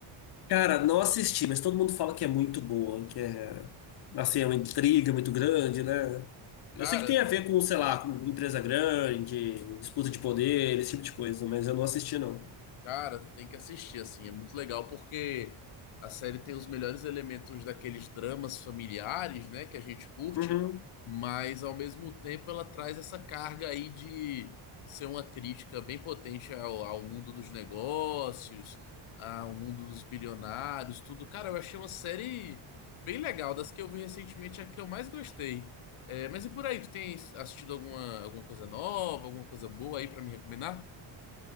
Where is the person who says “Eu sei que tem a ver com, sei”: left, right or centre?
Left